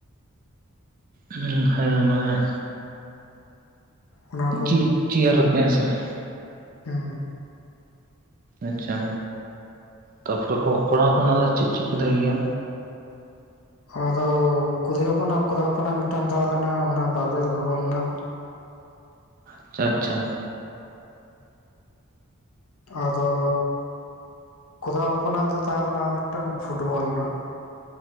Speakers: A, on the right (about 40°); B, on the left (about 70°).
A: ᱦᱩᱸ ᱦᱮᱸ, ᱢᱟᱱᱮ
B: ᱚᱱᱟ ᱠᱚ
A: ᱪᱤᱫ ᱪᱮᱭᱟᱨ ᱨᱮᱯᱮ ᱦᱮᱸ ᱥᱮ ᱾
B: ᱦᱮᱸ
A: ᱟᱪᱪᱷᱟ, ᱛᱟᱯᱚᱨᱮ ᱠᱚ-ᱠᱚᱲᱟ ᱦᱚᱯᱚᱱᱟᱜ ᱫᱚ ᱪᱮᱜ ᱪᱮᱜ ᱯᱮ ᱫᱚᱦᱚᱭᱚ ᱜᱮᱭᱟ?
B: ᱟᱫᱚ ᱠᱩᱨᱤ ᱦᱚᱯᱚᱱᱟᱜ ᱠᱚᱨᱟ ᱦᱚᱯᱚᱱᱟᱜ ᱢᱤᱫᱴᱟᱝ ᱛᱟᱦᱮᱸᱞᱮᱱᱟ ᱚᱱᱟ ᱵᱟᱵᱮᱨ ᱜᱚᱦᱚᱨ ᱱᱟᱜ
A: ᱟᱪᱪᱷᱟ ᱟᱪᱪᱷᱟ
B: ᱟᱫᱚᱻ ᱠᱚᱨᱟ ᱦᱚᱯᱚᱱᱟᱜ ᱫᱚ ᱛᱟᱦᱮᱸ ᱞᱮᱱᱟ ᱢᱤᱫᱴᱟᱝ ᱯᱷᱩᱴᱵᱚᱞ ᱨᱮᱱᱟᱜ ᱾